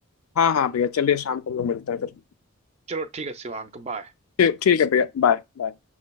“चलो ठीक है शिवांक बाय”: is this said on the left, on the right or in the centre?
Right